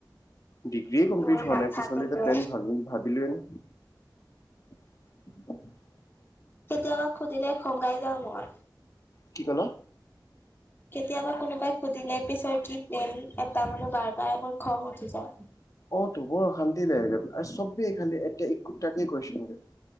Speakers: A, on the left; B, on the left.
A: ডিগ্ৰীয়ে কমপ্লিট
B: মোৰ
A: হোৱাই
B: মাথাটো
A: নাই পিছলৈ
B: বে
A: প্লেন ভাবি-ভাবিলেই নে <inaudible>
B: কেতিয়াবা সুধিলে খঙাই যাও মই।
A: কি কলা?
B: কেতিয়াবা কোনোবাই সুধিলে পিছৰ কি প্লেন এটা মানু্হ বাৰ বাৰ কলে মোৰ খং উঠি যায়।
A: অ, তো বৰ অশান্তি লাগে গৈ পেলাই আৰু চবেই খালি এতিয়া একোটাকে কুৱেচণ শুধে।